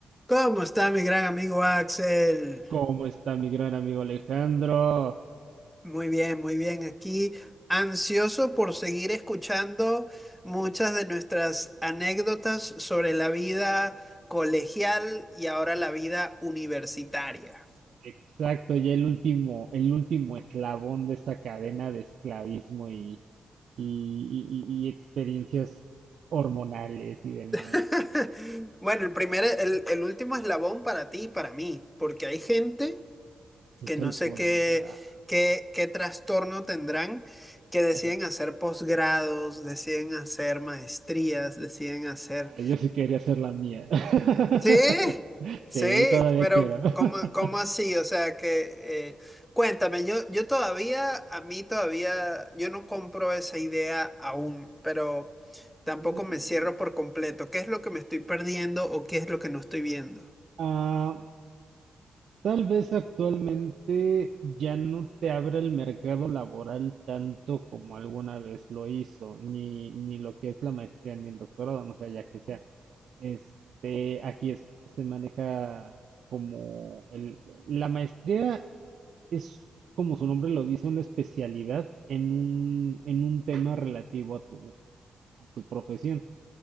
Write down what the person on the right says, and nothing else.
¿Cómo está mi gran amigo Alejandro?
Exacto, ya el último, el último eslabón de esa cadena de esclavismo y, y, y- y- experiencias hormonales y demás.
Escucha
el
posgrado.
Ajá.
Ah, Yo sí quería hacer la mía. <laughs>
Sí,
todavía
quiero. <laughs>
Mm,
ah, Tal vez actualmente ya no te abra el mercado laboral tanto como alguna vez lo hizo, ni, ni lo que es la maestría ni el doctorado, no sé, ya que sea. Este, aquí es- se maneja como el, la maestría es, como su nombre lo dice, una especialidad en un, en un tema relativo a tu, a tu profesión.